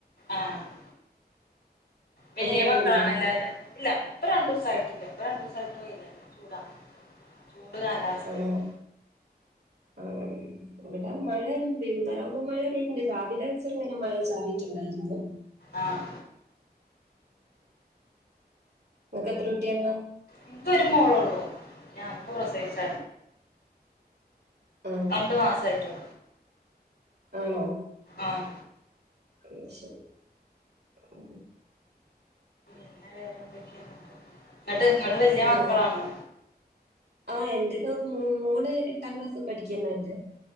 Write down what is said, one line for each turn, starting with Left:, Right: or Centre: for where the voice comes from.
Left: ആ വലിയ
Right: മഴയുണ്ടോ
Left: മക്കളാണ് എല്ലാരും ഇല്ല ഇപ്പ രണ്ടു ദിവസം ദസായിട്ടില്ല ഇപ്പൊ രണ്ടു ദിവസമായിട്ട് വയില ചൂടാ ചൂട് കാലാവസ്ഥയാണ്
Right: ആഹ ആഹ ഇവിടെ മഴന്തതറാവുമ്പോ മഴ പെയ്യണ്ട് രാവിലാസ ഇങ്ങനെ മഴ ചാടിയിട്ടുണ്ടായിരുന്നു
Left: ആഹ
Right: ആ ക്ക എത്ര രട്ടിയല്ല
Left: ഇനിപ്പ ഒരു മോളള്ളൂ ഞാൻപ്പ പ്രസവിച്ച
Right: ആ
Left: രണ്ടു മാസ ആയിട്ടോ
Right: ആണോ
Left: ആഹ
Right: അ ശരി ഉ
Left: പിന്നെ വേറെന്തൊക്കെയാ ഇങ്ങട്ട് ഇങ്ങോട്ട് വല്യ
Right: നാ-
Left: മക്കളാണോ
Right: ആ എന്ത് മോള് എട്ടാം ക്ലാസ് പഠിക്കുന്നണ്ട്